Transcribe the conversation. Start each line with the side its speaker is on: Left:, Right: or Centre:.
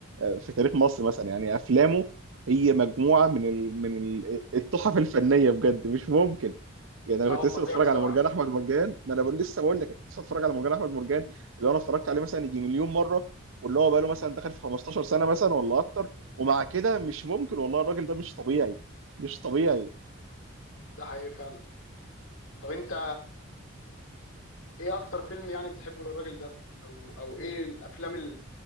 Right: في تاريخ مصر مثلا يعني افلامه هي مجموعه من ال... من ال- التحف الفنيه بجد مش ممكن يعني انا
Left: لا هو
Right: كنت لسه
Left: فظيع
Right: بتفرج
Left: بصراحه
Right: على مرجان احمد مرجان ما انا بقول لسه بقول لك كنت لسه بتفرج على مرجان احمد مرجان اللي انا اتفرجت عليه مثلا يجي مليون مره واللي هو بقى له مثلا داخل في 15 سنه مثلا ولا اكتر ومع كده مش ممكن والله الراجل ده مش طبيعي مش طبيعي
Left: ده حقيقي فعلا طب انت ايه اكتر فيلم يعني بتحبه للراجل ده او او ايه الافلام ال-